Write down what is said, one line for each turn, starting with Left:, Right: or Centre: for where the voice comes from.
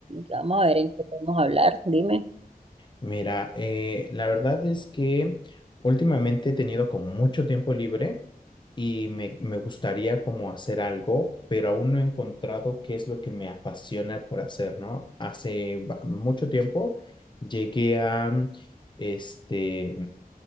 Right: vamos a ver en qué podemos hablar. Dime.
Left: Mira, eh, la verdad es que últimamente he tenido como mucho tiempo libre y me, me gustaría como hacer algo, pero aún no he encontrado qué es lo que me apasiona por hacer, ¿no? Hace ba- mucho tiempo llegué a, mm, este,